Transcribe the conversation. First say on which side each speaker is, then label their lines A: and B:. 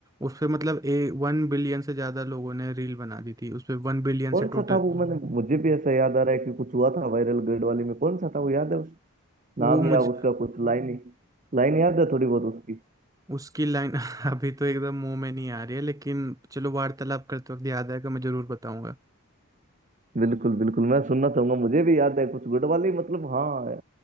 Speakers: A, on the right (about 15°); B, on the right (about 35°).
A: उस पे मतलब ए वन बिलियन से ज्यादा लोगों ने रील बना दी थी उस पे वन बिलियन
B: कौन
A: से टोटल
B: सा था वो मैंने मुझे भी ऐसा याद आ रहा है कि कुछ हुआ था वायरल गढ़ वाले में कौन सा था वो याद है उस नाम
A: वो मुझ
B: या उसका कुछ लाइन ही लाइन याद है थोड़ी बहुत उसकी
A: उसकी लाइन <laughs> अभी तो एकदम मुंह में नहीं आ रही है लेकिन चलो वार्तालाप करते वक्त याद आएगा मैं जरूर बताऊंगा
B: बिल्कुल बिल्कुल मैं सुनना चाहूंगा मुझे भी याद है कुछ गुड वाली मतलब हाँ